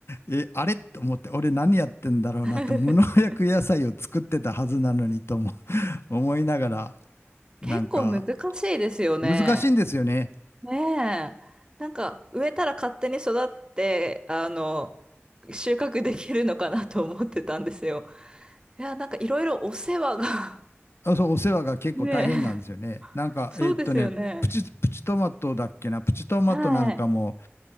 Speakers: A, on the left; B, on the right.
A: え、あれと思って、俺何やってんだろうなって、
B: <laughs>
A: 無農薬野菜を作ってたはずなのにとも <laughs> 思いながら、
B: 結構難しいですよね。
A: なんか難しいんですよね。
B: ねえ。なんか、植えたら勝手に育って、あの、収穫できるのかなと思ってたんですよ。いや、なんかいろいろお世話が
A: あ、そう、お世話が結構大変なんですよね。
B: <laughs> ねえ。
A: なんか、
B: そうですよね。
A: えーっとね、プチ、プチトマトだっけな、プチトマトなんかも、
B: はい。